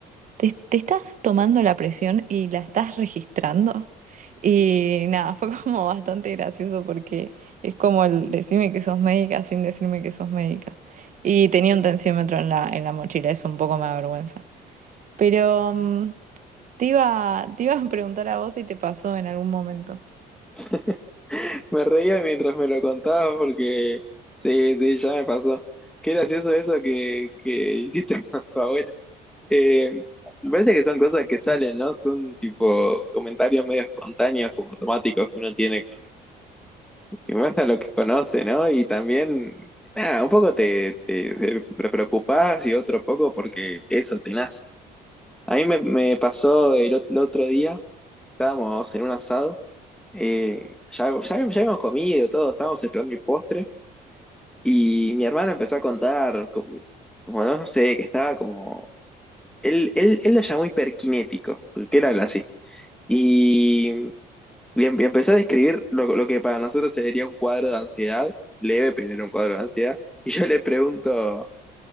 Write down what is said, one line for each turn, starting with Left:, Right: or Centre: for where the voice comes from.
Right: te, te estás tomando la presión y la estás registrando. Y nada, fue como <laughs> bastante gracioso porque es como el decirme que sos médica sin decirme que sos médica. Y tenía un tensiómetro en la, en la mochila, eso un poco me avergüenza. Pero mm, te iba, te iba a preguntar a vos si te pasó en algún momento.
Centre: <laughs> Me reía mientras me lo contabas porque sí, sí, ya me pasó. Qué gracioso eso que, que hiciste <laughs> con tu abuela. Eh, me parece que son cosas que salen, ¿no? Son tipo comentarios medio espontáneos, como automáticos que uno tiene, que muestra lo que conoce, ¿no? Y también, nada, un poco te, te, te preocupás y otro poco porque eso te nace. A mí me, me pasó el ot- el otro día. Estábamos en un asado, eh, ya, ya, ya habíamos comido todo, estábamos esperando el postre y mi hermana empezó a contar, como, como no no sé, que estaba como, él, él, él lo llamó hiperkinético, que él habla así, y le em- y empezó a describir lo, lo que para nosotros sería un cuadro de ansiedad, leve, pero era un cuadro de ansiedad, y yo le pregunto,